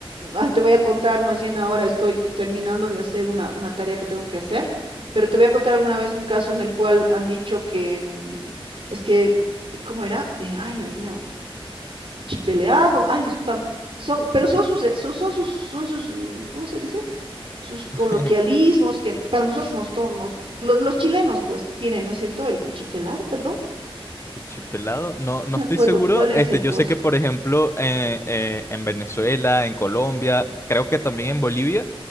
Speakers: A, on the right; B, on the left.
A: Ah, te voy a contar, más bien ahora estoy terminando de hacer una, una tarea que tengo que hacer, pero te voy a contar alguna vez un caso en el cual han dicho que mm, es que, ¿cómo era? Eh, ay, Dios mío, cuchipeleado, ay, discúlpame, son, pero son
B: Cuch-
A: sus, eh, son, son sus, son sus, uh, ¿cómo se dice? Sus
B: <laughs>
A: coloquialismos que para nosotros nos, to- nos- los, los chilenos pues tienen, ¿no es cierto? El cuchipelado, perdón,
B: Cuchipelado, no, no
A: no me
B: estoy
A: acuerdo
B: seguro.
A: cuál es
B: Este,
A: el
B: yo
A: coso.
B: sé que, por ejemplo, eh, eh, en Venezuela, en Colombia, creo que también en Bolivia,